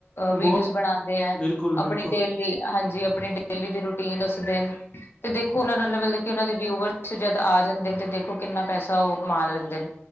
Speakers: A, on the left (about 20°); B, on the left (about 55°).
A: ਬਹੁਤ
B: ਵੀਡੀਓ ਬਣਾਂਦੇ ਹੈ
A: ਬਿਲਕੁਲ ਬਿਲਕੁਲ,
B: ਆਪਣੀ ਡੇਲੀ ਹਾਂਜੀ ਆਪਣੀ ਡੇਲੀ ਦੀ ਰੂਟੀਨ ਉਸ ਦਿਨ ਤੇ ਦੇਖੋ ਉਹਨਾਂ ਦਾ ਮਤਲਬ ਕਿ ਉਹਨਾਂ ਦੇ ਵਿਊਵਰਸ ਜਦ ਆ ਜਾਂਦੇ ਨੇ ਤੇ ਦੇਖੋ ਕਿੰਨਾ ਪੈਸਾ ਉਹ ਕਮਾ ਲੈਂਦੇ ਨੇ